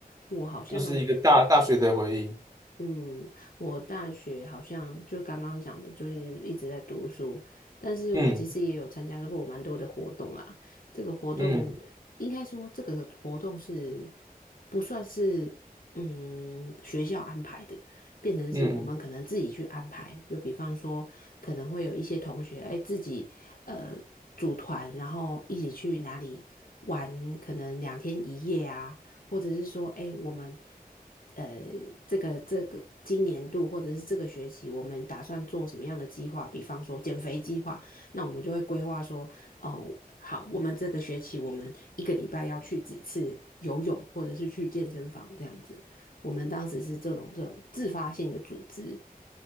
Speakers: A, on the left; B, on the right.
A: 我好像
B: 就是一个大大学的回忆。
A: 嗯，我大学好像就刚刚讲的，就是一直在读书，但是我其实也有参加过蛮多的活动啦。
B: 嗯
A: 这个活动应该说，
B: 嗯
A: 这个活动是不算是嗯学校安排的，变成是我们可能自己去安排。
B: 嗯嗯，
A: 就比方说，可能会有一些同学哎自己呃组团，然后一起去哪里玩，可能两天一夜啊。或者是说，哎，我们呃，这个这个今年度或者是这个学期，我们打算做什么样的计划？比方说减肥计划，那我们就会规划说，哦，好，我们这个学期我们一个礼拜要去几次游泳，或者是去健身房这样子。我们当时是这种这种自发性的组织，